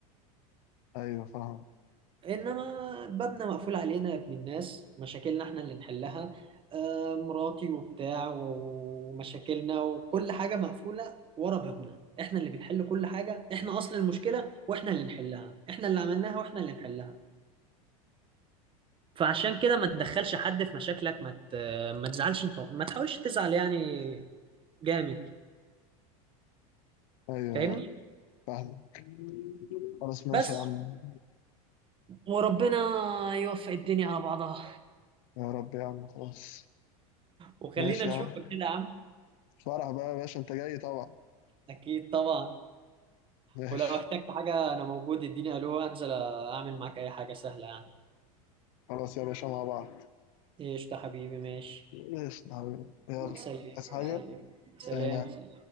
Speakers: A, on the left (about 65°); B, on the right (about 30°).
A: أيوه فاهم
B: انما بابنا مقفول علينا يا ابن الناس مشاكلنا احنا اللي نحلها آه، مراتي وبتاع و- ومشاكلنا وكل حاجة مقفولة ورا بابنا احنا اللي بنحل كل حاجة احنا اصل المشكلة واحنا اللي نحلها احنا اللي عملناها واحنا اللي نحلها فعشان كده ما تدخلش حد في مشاكلك ما ت... ما تزعلش انت ما تحاولش تزعل يعني جامد
A: أيوه
B: فاهمني
A: فاهمك خلاص ماشي
B: بس
A: يا عم
B: وربنا يوفق الدنيا على بعضها
A: يا رب يا عم خلاص
B: وخلينا
A: ماشي
B: نشوفك
A: يا عم
B: كده يا عم
A: فرح بقى يا باشا انت جاي طبعا
B: اكيد طبعا
A: ماشي
B: ولو احتجت حاجة أنا موجود اديني ألو أنزل أعمل معاك أي حاجة سهلة يعني
A: خلاص يا باشا مع بعض
B: قشطة حبيبي ماشي
A: ماشي يا حبيبي يلا
B: سلام سلام
A: عايز حاجة سلام
B: سلام سلام